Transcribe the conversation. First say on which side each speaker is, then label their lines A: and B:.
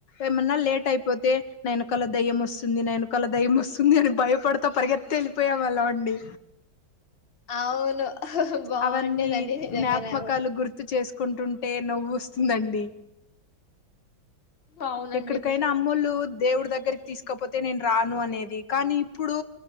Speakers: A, on the left (about 65°); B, on the left (about 30°).
A: ఏమన్నా లేట్ అయిపోతే నయనకాల దయ్య వస్తుంది నయనకాల దయ్య వస్తుంది అని భయపడతా పరిగెత్తి వెళ్ళిపోయే వాళ్ళం అండి
B: అవును బాగుండేదండి
A: అవన్నీ
B: నిజంగానే
A: జ్ఞాపకాలు గుర్తు చేసు కుంటుంటే నవ్వు వస్తుందండి
B: అవునండి
A: ఎక్కడికైనా అమ్మోలు దేవుడి దగ్గరికి తీసుకోపోతే నేను రాను అనేది కానీ ఇప్పుడు